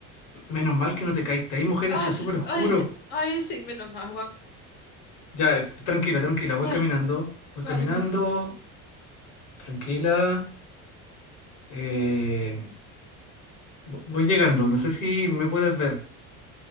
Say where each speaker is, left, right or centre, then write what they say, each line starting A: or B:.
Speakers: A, on the left; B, on the left.
A: menos mal que no te caíste ahí, mujer,
B: Ay,
A: está súper oscuro.
B: ay, ay, sí, menos mal, Juan.
A: Ya, eh, tranquila, tranquila, voy
B: Vale,
A: caminando, voy caminando,
B: vale, vale.
A: tranquila. eh, vo- voy llegando, no sé si me puedes ver.